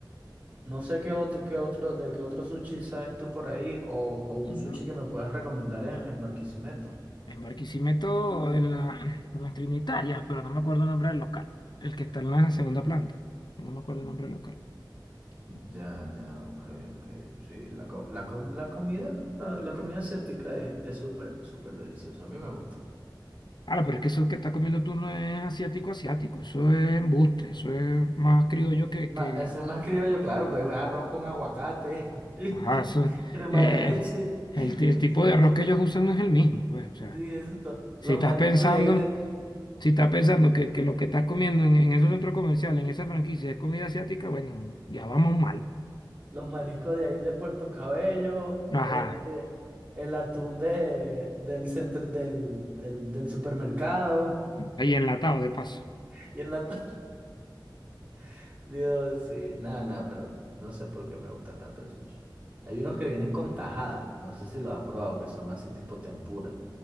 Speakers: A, on the right; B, on the left.
A: No sé qué otro, qué otro, de qué otro sushi sabes tú por ahí, o, o un
B: Ujú.
A: sushi que me puedas recomendar en, en Barquisimeto.
B: En Barquisimeto, en la, en las Trinitarias, pero no me acuerdo el nombre del local. El que está en la segunda planta. No me acuerdo el nombre del local.
A: Ya, ya, ok, ok. Sí, la, co- la, com- la comida, ah, la comida asiática es es súper, súper deliciosa. A mí me gusta.
B: Ahora, pero es que eso que estás comiendo tú no es asiático, asiático. Eso es embuste. Eso es más criollo que,
A: Ma-
B: que...
A: eso es más criollo, claro, pues arroz con aguacate, <laughs> y
B: Ajá, eso...
A: crema
B: eh,
A: de leche.
B: el,
A: <laughs>
B: ti- el tipo de
A: Los,
B: arroz que ellos usan no es el mismo, pues. O sea,
A: sí, eso es todo. Los
B: si estás
A: mariscos
B: pensando...
A: de ahí de,
B: Si estás pensando que, que lo que estás comiendo en, en esos centros comerciales, en esa franquicia, es comida asiática, bueno, ya vamos mal.
A: los mariscos de ahí de Puerto Cabello,
B: Ajá,
A: el, de- el atún de, del centro, del, del, del supermercado
B: ahí enlatado de paso.
A: <laughs> y el atún. <laughs> Dios, sí, nada, nada, pero no sé por qué me gusta tanto el sushi. Hay unos que vienen con tajada, no sé si lo has probado, que son así tipo tempura.